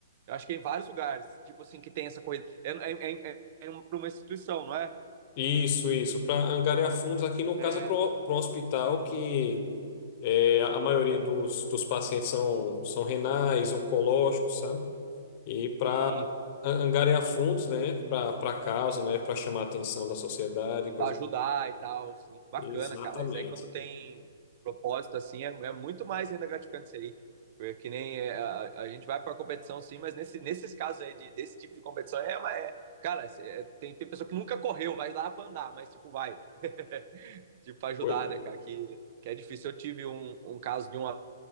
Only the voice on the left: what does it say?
Isso, isso. Para angariar fundos, aqui no caso
é para um hospital que é, a maioria dos, dos pacientes são, são renais, oncológicos, sabe? E para
angariar fundos, né? Para para causa, né? Para chamar a atenção da sociedade, coisa.
Exatamente.
Oi.